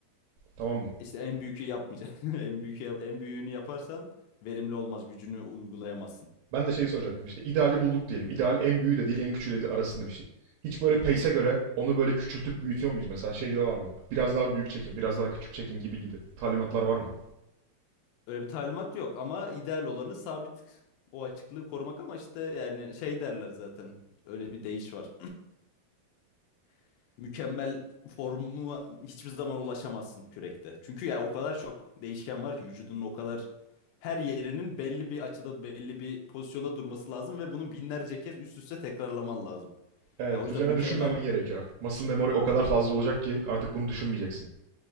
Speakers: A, on the right (about 80°); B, on the left (about 80°).
A: Tamam mı?
B: İşte en büyükü yapmayacaksın. <laughs> En büyük en büyüğünü yaparsan verimli olmaz. Gücünü uygulayamazsın.
A: Ben de şeyi soracaktım işte ideali bulduk diyelim. İdeal en büyüğü de değil en küçüğü de değil arasında bir şey. Hiç böyle
B: Hı
A: pace'e
B: hı.
A: göre onu böyle küçültüp büyütüyor muyuz? Mesela şey diyorlar mı? Biraz daha büyük çekin, biraz daha küçük çekin gibi gibi. Talimatlar var mı?
B: Öyle bir talimat yok ama ideal olanı sabit o açıklığı korumak ama işte yani şey derler zaten. Öyle bir deyiş var. <clears throat> Mükemmel formu hiçbir zaman ulaşamazsın kürekte. Çünkü ya o kadar çok değişken var ki vücudunun o kadar her yerinin belli bir açıda belli bir pozisyonda durması lazım ve bunu binlerce kez üst üste tekrarlaman lazım.
A: Evet,
B: Ya o yüzden
A: üzerine
B: mükemmel
A: düşünmemen gerekiyor. Muscle memory o kadar fazla olacak ki artık bunu düşünmeyeceksin.